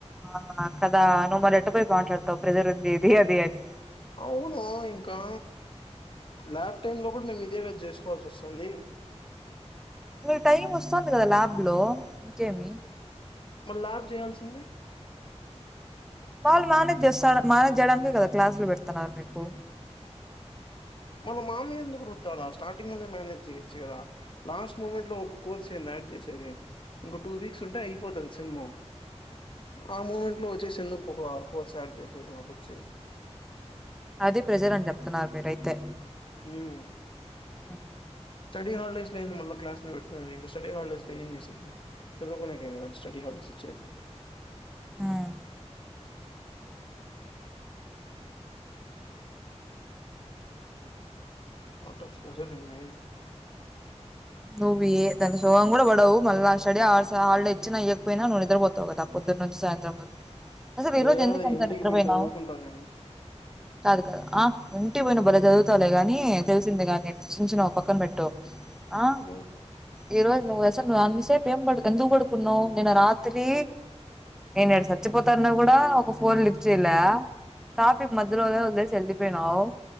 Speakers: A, in the centre; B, on the left (about 45°).
A: అవునా కదా నువ్ మరి ఎట్ట పోయి మాట్లాడి తావ్ ప్రజర్ ఉంది ఇది అది అని
B: అవును ఇంకా ల్యాబ్ టైమ్ లో కూడా మేము ఇదే కదా చేసుకోవాల్సి వస్తుంది
A: మీకు టైం వస్థంది కదా ల్యాబ్ లో ఇంకేమి
B: మరి ల్యాబ్ చేయాల్సింది
A: వాళ్ళు మేనేజ్ చేస్తా మేనేజ్ చేయడానికే కదా క్లాసులు పెడుతున్నారు మీకు
B: వాళ్ళ మామీద ఎందుకు రుద్దాలా స్టార్టింగ్ లోనే మేనేజ్ చేయొచ్చు కదా లాస్ట్ మూమెంట్ లో ఒక కోర్స్ ఏందీ యాడ్ చేసేది ఇంకో టూ వీక్స్ ఉంటే అయిపోతది సిమ్ హు ఆ మూమెంట్ లో వచ్చేసి ఎందుకు ఒక కోర్స్ యాడ్ చేసేది మాకు వచ్చి
A: అదే ప్రెసర్ అని చెప్తున్నారు మీరయితే
B: ఉమ్
A: ఆహ్
B: స్టడీ హాలిడేస్ లో ఏంది మళ్ళా క్లాస్ లో పెడుతరు ఇంకా స్టడీ హాలిడేస్ లో ఏం చేసికి చదువుకునేకే కదా స్టడీ హాలిడేస్ ఇచ్చేది.
A: ఉమ్.
B: ఫోటో కాసేది మైండ్
A: నువ్వే దాంతో సోగం కూడా పడవు మళ్ళా స్టడీ అవర్స్ హాలిడేస్ ఇచ్చినా ఇవకపోయినా నువ్వు నిద్రపోతవు కదా పొద్దురు నుంచి సాయంత్రం వరకు. అసలు ఈ రోజు
B: ఏదో
A: ఎందుకు అంత
B: ఇంటికి
A: నిద్రపోయినవ్
B: పోయి చదువుకుంటా నేను.
A: కాదు కాదు ఆహ్. ఇంటికి పోయి నువ్వు బాలే చదువుతవులే గాని తెలిసింది గాని. సించిన ఓ పక్కన పెట్టు. ఆ
B: ఉమ్
A: ఈ రోజు నువ్వు అసలు నువ్వు అన్నిసేపు ఏం పడు ఎందుకు పడుకున్నావు. నేను రాత్రి నేను చచ్చిపోతాన్న కూడా ఒక ఫోన్ లిఫ్ట్ చేయలే. ట్రాఫిక్ మధ్యలోవదిలేసి వెళ్ళీపోయినావు.